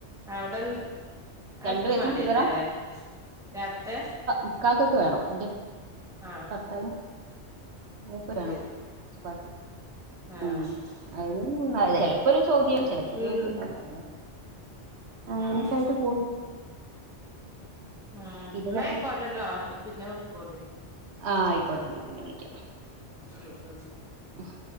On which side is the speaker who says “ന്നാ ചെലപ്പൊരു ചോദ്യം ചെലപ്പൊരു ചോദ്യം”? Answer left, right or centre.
Right